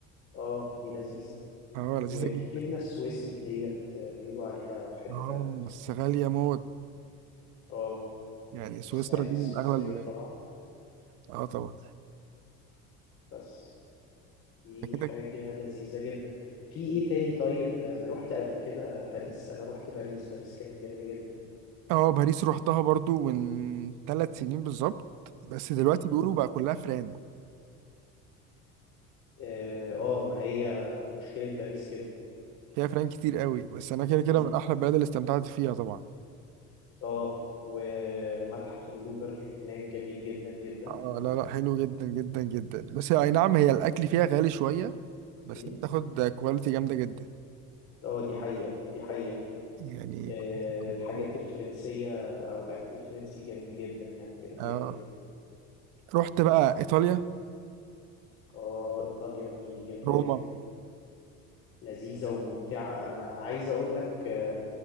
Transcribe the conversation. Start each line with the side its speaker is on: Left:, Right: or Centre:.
Left: اه دي لذيذة
Right: اه لذيذه
Left: وفي
Right: جدا
Left: الجبنة السويسري ديت آه، بيقولوا عليها في حتة
Right: اه
Left: تانية
Right: بس غاليه موت
Left: اه
Right: يعني سويسرا
Left: والساعات
Right: دي
Left: السويسرية
Right: من اغلى البلاد
Left: طبعا
Right: اه طبعا
Left: بس دي
Right: ده كده
Left: حاجة
Right: كده.
Left: لذيذة جدا في ايه تاني طيب آه، رحت قبل كده باريس انا رحت باريس باريس كانت جميلة جدا
Right: اه باريس روحتها برضو من ثلاث سنين بالظبط بس دلوقتي
Left: مم.
Right: بيقولوا بقى كلها فران
Left: اه آه، ما هي مشكلة باريس كده
Right: فيها فران كتير قوي بس انا كده كده
Left: مم.
Right: من احلى البلاد اللي استمتعت فيها طبعا
Left: اه ومتحف اللوفر هناك جميل جدا جدا
Right: اه لا لا حلو جدا جدا جدا بس اي نعم هي الاكل فيها غالي شويه بس
Left: مم.
Right: انت بتاخد كواليتي جامده جدا
Left: اه دي حقيقة دي حقيقة
Right: يعني
Left: آه، الحاجات
Right: <laughs>
Left: الفرنسية أو الأكل الفرنسي جميل جدا يعني جميل جدا
Right: آه.
Left: جدا
Right: رحت بقى ايطاليا
Left: آه إيطاليا دي جميلة
Right: روما
Left: جدا لذيذة وممتعة أنا عايز أقول لك آه،